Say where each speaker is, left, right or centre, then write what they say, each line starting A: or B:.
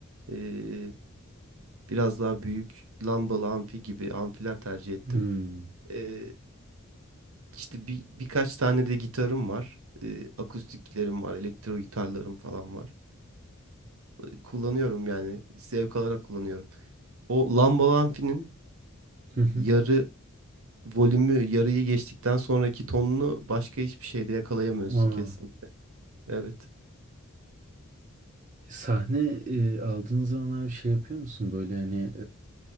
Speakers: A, on the right; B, on the right.
A: ee, biraz daha büyük lambalı amfi gibi amfiler tercih ettim.
B: Hmm.
A: Ee, İşte bir birkaç tane de gitarım var. E, akustiklerim var, elektro gitarlarım falan var. E, kullanıyorum yani zevk alarak kullanıyorum. O Lamba Lampi'nin
B: Hı hı.
A: yarı volümü, yarıyı geçtikten sonraki tonunu başka hiçbir şeyde yakalayamıyorsun
B: Aa.
A: kesin. Evet.
B: Sahne e, aldığın zaman abi şey yapıyor musun böyle hani